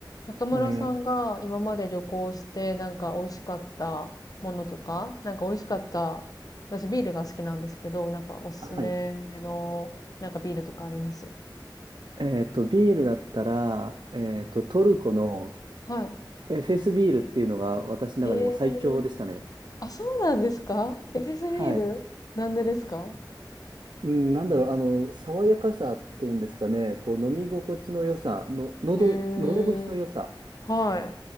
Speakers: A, on the left; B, on the right.
A: 中村さんが今まで旅行してなんか美味しかったものとか、
B: えー
A: なんか美味しかった、私ビールが好きなんですけど、なんかおすすめのなんかビールとかあります
B: はい。えっと、ビールだったら、えっと、トルコの
A: は
B: えフェスビールっていうのが私の中でも最強でしたね。
A: い。えー、あ、そうなんですかエフェスビールなんでですか
B: はい。うん、なんだろう、あの、爽やかさっていうんですかね、こう、飲み心地の良さ、の、喉、
A: うん。
B: 喉越しの良さ、
A: へー、は